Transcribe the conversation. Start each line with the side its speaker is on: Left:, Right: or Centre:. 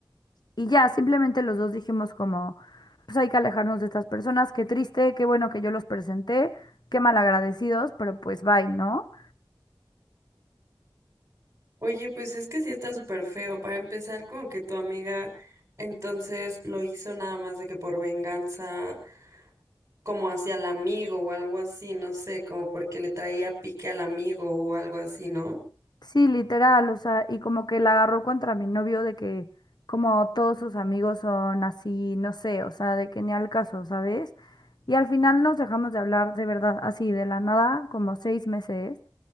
Left: Y ya, simplemente los dos dijimos como, pues hay que alejarnos de estas personas, qué triste, qué bueno que yo los presenté, qué malagradecidos, pero pues bye, ¿no?
Right: Oye, pues es que sí está súper feo. Para empezar, como que tu amiga entonces lo hizo nada más de que por venganza, como hacia el amigo o algo así, no sé, como porque le traía pique al amigo o algo así, ¿no?
Left: Sí, literal, o sea, y como que la agarró contra mi novio de que como todos sus amigos son así, no sé, o sea, de que ni al caso, ¿sabes? Y al final nos dejamos de hablar de verdad, así de la nada, como seis meses,